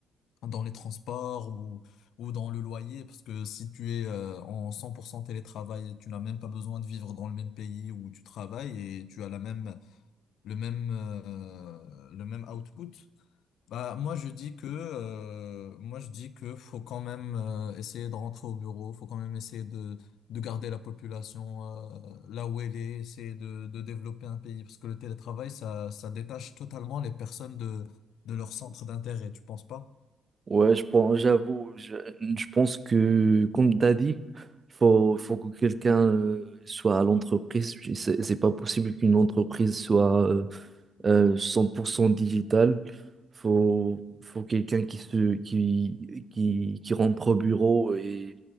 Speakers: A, on the left; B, on the right.
A: dans les transports ou, ou dans le loyer, parce que si tu es euh, en 100% télétravail, tu n'as même pas besoin de vivre dans le même pays où tu travailles et tu as la même, le même, euh, le même output. Bah, moi je dis que euh, moi je dis que faut quand même euh, essayer de rentrer au bureau, faut quand même essayer de de garder la population euh, là où elle est, essayer de de développer un pays parce que le télétravail ça ça détache totalement les personnes de de leur centre d'intérêt, tu penses pas?
B: Ouais, je pense, j'avoue, je, je pense que, comme tu as dit, il faut, faut que quelqu'un euh, soit à l'entreprise. Puis C'est c'est pas possible qu'une entreprise soit euh, euh, 100% digitale. Faut, faut quelqu'un qui, se, qui, qui, qui rentre au bureau. Et